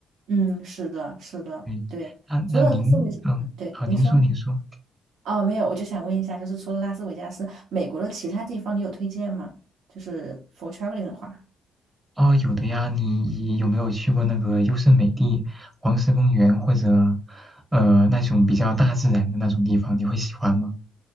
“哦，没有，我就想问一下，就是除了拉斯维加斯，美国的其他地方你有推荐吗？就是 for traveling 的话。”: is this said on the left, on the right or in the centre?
Right